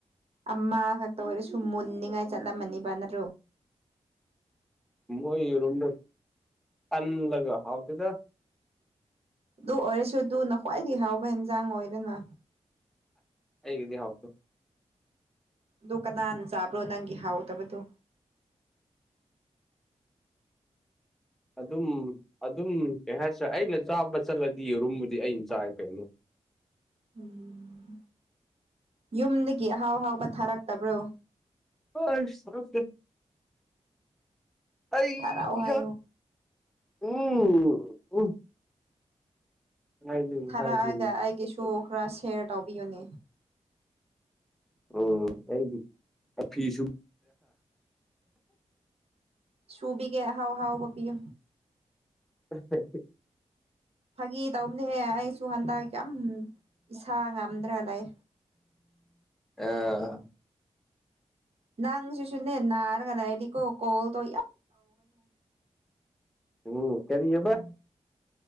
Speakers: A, on the right; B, in the centre.
A: ꯑꯃ ꯈꯛꯇ ꯑꯣꯏꯔꯁꯨ ꯃꯨꯟꯅꯤꯉꯥꯏ ꯆꯠꯂꯝꯃꯅꯤꯕ ꯅꯠꯇ꯭ꯔꯣ <inaudible>
B: ꯃꯣꯏꯔꯝ ꯇꯥꯟꯂꯒ ꯍꯥꯎ ꯄꯗ
A: ꯑꯗꯨ ꯑꯣꯏꯔꯁꯨ ꯑꯗꯨꯅ ꯈ꯭ꯋꯥꯏꯗꯒꯤ ꯍꯥꯎꯕ ꯑꯦꯟꯁꯥꯡ ꯑꯣꯏꯔꯦꯅ
B: ꯍꯩꯒꯗꯦ ꯍꯥꯎ
A: ꯑꯗꯨ ꯀꯅꯥꯅ ꯆꯥꯕ꯭ꯔꯣ ꯅꯪꯒꯤ ꯍꯥꯎꯗꯕꯗꯨꯣ
B: ꯑꯗꯨꯝ ꯑꯗꯨꯝ ꯀꯩ ꯍꯥꯏꯁꯦ ꯑꯩꯅ ꯆꯥꯕ ꯆꯠꯂꯗꯤ ꯌꯦꯔꯨꯝꯕꯨꯗꯤ ꯑꯩ ꯆꯥꯏꯦ ꯀꯩꯅꯣ
A: ꯎꯝ ꯌꯨꯝꯗꯒꯤ ꯑꯍꯥꯎ ꯑꯍꯥꯎꯕ ꯊꯥꯔꯛꯇꯕ꯭ꯔꯣ
B: ꯑ ꯑꯌꯥ
A: ꯊꯥꯔꯛꯑꯣ ꯍꯥꯏꯌꯣ
B: ꯎꯝ ꯎꯝ ꯍꯥꯏꯗꯣꯏꯅꯤ
A: ꯊꯥꯔꯛꯑꯒ
B: ꯍꯥꯏꯗꯣꯏꯅꯤ
A: ꯑꯩꯒꯤꯁꯨ ꯈꯔ ꯁꯦꯌꯔ ꯇꯧꯕꯤꯌꯨꯅꯦ
B: ꯑꯣ ꯑꯩꯒꯤ ꯐꯤꯁꯨ
A: ꯁꯨꯕꯤꯒꯦ ꯑꯍꯥꯎ ꯍꯥꯎꯒꯄꯤꯌꯨ
B: <unintelligible>
A: ꯐꯥꯒꯤ ꯇꯧꯅꯦꯍꯦ ꯑꯩꯁꯨ ꯍꯟꯗꯛ ꯌꯥꯝ ꯏꯁꯥ ꯉꯝꯗ꯭ꯔ ꯂꯩ
B: ꯑ
A: ꯅꯪ ꯁꯁꯨꯨꯅꯦꯦꯟꯅꯔ ꯀꯗꯥꯥꯏꯇꯀꯣ ꯀꯣꯜ ꯇꯣ
B: ꯎꯝ ꯀꯦꯔꯤ ꯍꯕ